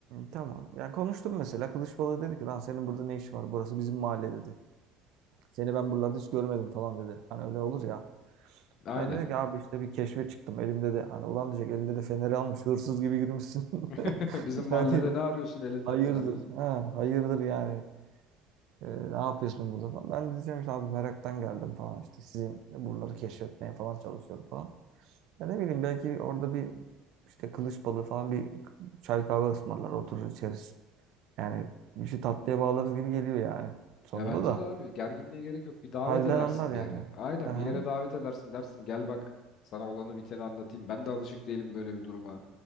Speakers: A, on the right (about 55°); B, on the left (about 45°).
A: Tamam. Yani konuştum mesela. Kılıç balığı dedi ki lan senin burada ne işin var? Burası bizim mahalle dedi. Seni ben buralarda hiç görmedim falan dedi. Hani öyle olur ya.
B: Aynen.
A: Sen dedin ki abi işte bir keşfe çıktım. Elimde de hani ulan diyecek elinde de feneri almış. Hırsız gibi yürümüşsün. <laughs>
B: <laughs> Bizim mahallede
A: Yani
B: ne arıyorsun elinde
A: hayırdır.
B: fenerle?
A: Ha, hayırdır yani. Ee, ne yapıyorsun burada falan. Ben de diyeceğim işte abi meraktan geldim falan. İşte sizin buraları keşfetmeye falan çalışıyorum falan. Ya ne bileyim belki orada bir işte kılıç balığı falan bir çay kahve ısmarlar oturur içeriz. Yani bir şey tatlıya bağlarız gibi geliyor yani. Sonunda
B: Ya bence
A: da
B: de abi gerginliğe gerek yok. Bir davet
A: halden
B: edersin
A: anlar
B: bir
A: yani.
B: yere. Aynen
A: Aha,
B: bir yere davet edersin dersin gel bak sana olanı biteni anlatayım. Ben de alışık değilim böyle bir duruma.